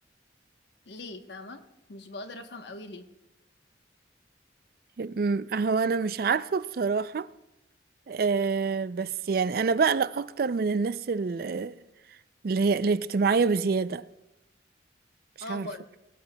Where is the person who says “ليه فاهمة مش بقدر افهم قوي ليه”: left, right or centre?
Left